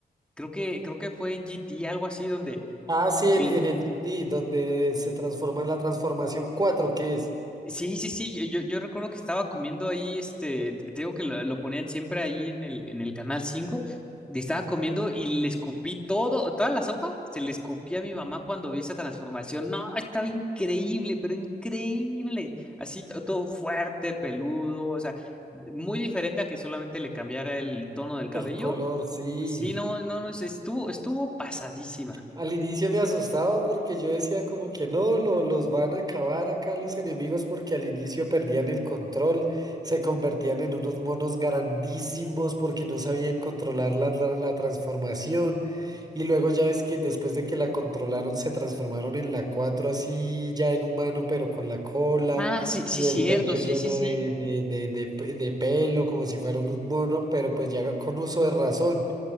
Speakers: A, in the centre; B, on the right (about 25°).
A: Creo que, creo que fue en GT, algo así, donde...
B: Ah, sí, en,
A: eh,
B: en el GT, donde se transforma en la transformación 4 que es
A: Sí, sí, sí, yo, yo recuerdo que estaba comiendo ahí, este, te digo que lo, lo ponían siempre ahí en el, en el canal 5. y estaba comiendo y le escupí todo, toda la sopa, se le escupí a mi mamá cuando vi esa transformación, no, estaba increíble, pero increíble, así to- todo fuerte, peludo, o sea, muy diferente a que solamente le cambiara el tono del cabello,
B: el color, sí.
A: sí, no, no, no, es- estuvo, estuvo pasadísima.
B: Al inicio me asustaba porque yo decía como que no, lo- los van a acabar acá los enemigos porque al inicio perdían el control, se convertían en unos monos grandísimos porque no sabían controlar la, tra- la transformación y luego ya es que después de que la controlaron se transformaron en la 4 así ya en humano pero con la cola
A: Ah, sí, sí,
B: y
A: cierto,
B: el pecho
A: sí,
B: lleno
A: sí, sí.
B: de, de, de, de, pe- de pelo como si fuera un mono pero pues ya con uso de razón.